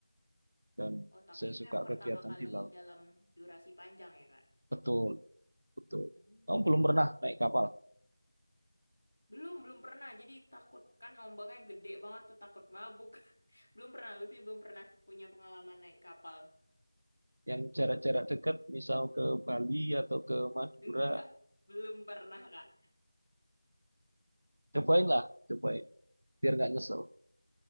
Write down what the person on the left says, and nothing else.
Oh, tapi
itu
yang pertama
kali
dalam durasi panjang ya, Kak?
Hmm.
Belum, belum pernah. Jadi takut kan ombaknya gede banget tuh, takut mabuk. <laughs> Belum pernah, Lutfi belum pernah punya pengalaman naik kapal.
Enggak, belum pernah, Kak.